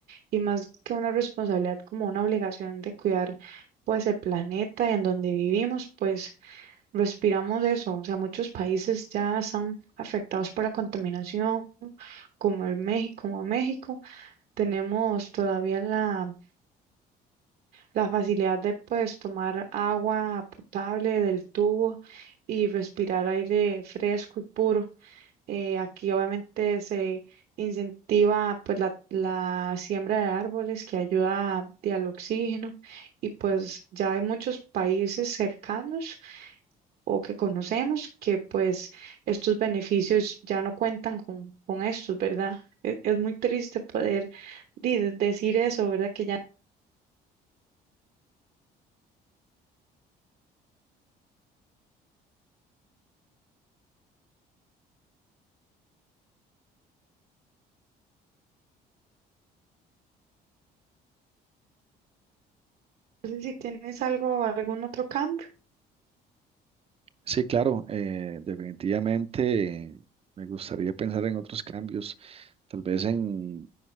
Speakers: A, on the right; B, on the right.
A: y más que una responsabilidad, como una obligación de cuidar pues el planeta y en donde vivimos, pues respiramos eso. O sea, muchos países ya están afectados por la contaminación como el México, como a México, tenemos todavía la, la facilidad de pues tomar agua potable del tubo y respirar aire fresco y puro. Eh, aquí obviamente se incentiva pues la, la siembra de árboles que ayuda a- al oxígeno y pues ya hay muchos países cercanos o que conocemos, que pues estos beneficios ya no cuentan con, con estos, ¿verdad? E- Es, muy triste poder di- decir eso, ¿verdad? Que ya no sé si tienes algo, algún otro cambio.
B: Sí, claro, eh, definitivamente eh, me gustaría pensar en otros cambios, tal vez en,